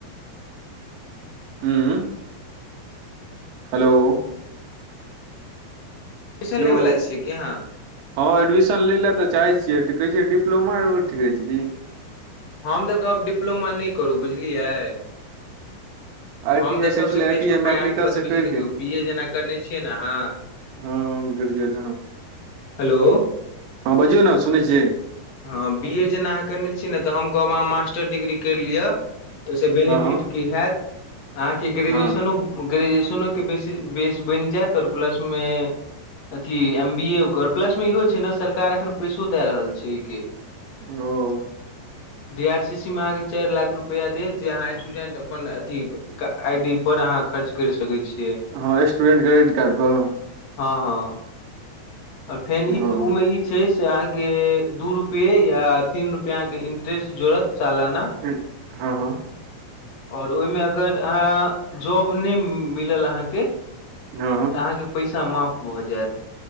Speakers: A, on the right; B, on the left.
A: हूँ। हेलो।
B: ट्यूशन
A: हेलो
B: लैवला छियै। कि अहाँ।
A: हँ एडमिशन ले लऽ तऽाह छियै। कहै छ। डिप्लमा ठीक रहै छै। की
B: हम तऽ कहब डिप्लोमा नहि करू बुझलियै।
A: आई
B: हम
A: टी
B: तऽ
A: आई
B: सभसँ
A: कहै छलै आई
B: बेस्ट
A: टी आई
B: उपाय
A: मैकेनिकल
B: अहाँके बतबै
A: से करि
B: छी। देखियौ
A: के
B: बी ए जेना करने छियै। ने अहाँ
A: हँए
B: हेलो
A: हँ बजियौ ने सुनै छियै।
B: हँ बी ए जेना अहाँ करने छीने। ऽ हम कहब अहाँ। मास्टर डिग्री करि लिअ। ओहिस बेनिफिट
A: हँ हँ
B: की हयत अहाँके ग्रेजुएशनो
A: हँ
B: ग्रेजुएशनोके बेस बनि जायत आओर प्लसमे अथी एम बी ए उकर प्लस मे इहो छै। ने सरकार एखन पैसो दय रहल छै। के
A: ह
B: डी आर सी सी में अहाँके चारि लाख रुपआ देत जे अहाँ स्टूडेंट अपन अथी के आई डी पर अहाँ खर्च कर सकैत छियै।
A: हँ स्टूडेन्ट क्रेडिट कार्डपर
B: हँ हँ आओर फेन ई
A: ओ
B: ओमे ई छै। से अहाँ के दू रूपे या तीन रुपआ अह के इंटरेस्ट जोड़त सालाना
A: हँ हँ
B: और ओहिमे अगर अहाँ जॉब नय मिलल अहाँके
A: हँ हँ
B: तअ हाँके पैसा माफ भऽ जायत।